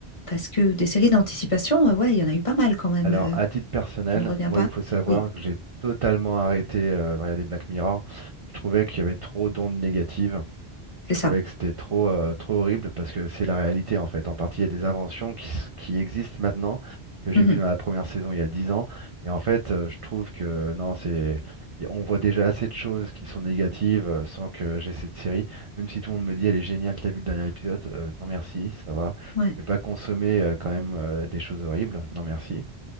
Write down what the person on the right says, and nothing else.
<laughs>
Alors,
à titre personnel,
moi,
il faut savoir
que j'ai totalement arrêté euh, de regarder Black Mirror. Je trouvais qu'il y avait trop d'ondes négatives. Je
trouvais
que c'était trop, euh, trop horrible parce que c'est la réalité en fait. En partie, il y a des inventions qui, s- qui existent maintenant, que j'ai
vues dans la première saison il y a 10 ans. Et en fait, euh, je trouve que euh, non, c'est, y- on voit déjà assez de choses qui sont négatives euh, sans que j'ai cette série. Même si tout le monde me dit elle est géniale, t'as vu le dernier épisode? Euh, non merci, ça va.
Je vais pas consommer euh, quand même euh, des choses horribles. Non merci.